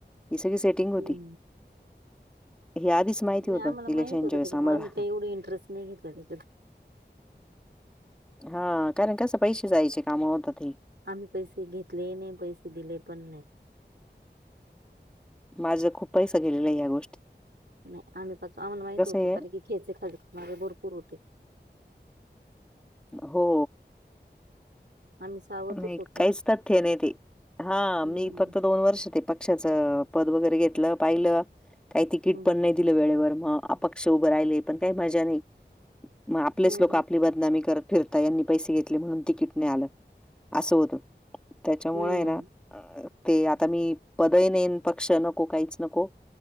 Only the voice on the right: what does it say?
हम्म
नाही आम्हाला
माहित होतं
त्याच्यामुळे
आम्ही काही एवढे इंटरेस्ट नाही घेतला त्याच्यात
आम्ही पैसे घेतलेही नाही पैसे दिले पण नाही.
नाही आम्ही पा आम्हाला माहीत होत
कारण की खेचे खाजणारे भरपूर होते
आम्ही सावधच
होतो
ना
हम्म,
हम्म,
हम्म,
हम्म,